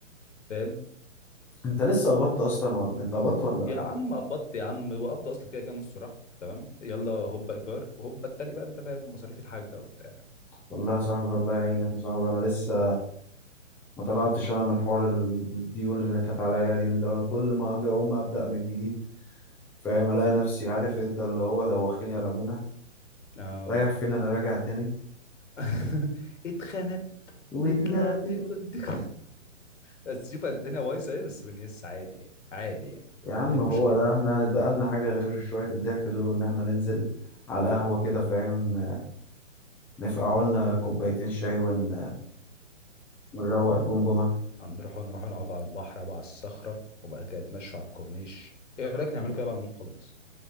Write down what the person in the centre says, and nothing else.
انت لسه قبضت اصلا ولا انت قبضت ولا
إيه؟
والله يا صاحبي الله يعينك يا صاحبي انا لسه ما طلعتش انا من حوار ال- الديون اللي كانت عليا ديون ده كل ما اجي اقوم ابدا من جديد فاهم الاقي نفسي عارف انت اللي هو دوخيني يا لمونة
رايح فين انا راجع تاني
<laughs> وطلعت
بقى.
يا عم
هو ده
احنا هنتبقى لنا حاجة غير شوية الضحك دول وان احنا ننزل على القهوة كده فاهم نفقع لنا كوبايتين شاي ون... ونروق جمجمة